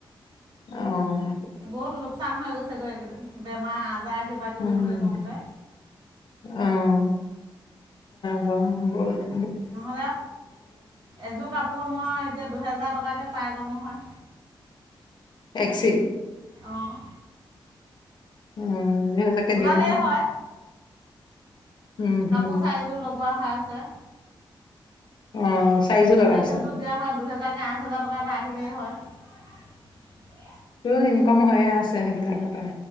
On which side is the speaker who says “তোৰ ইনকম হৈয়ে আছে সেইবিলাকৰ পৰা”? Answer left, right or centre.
Left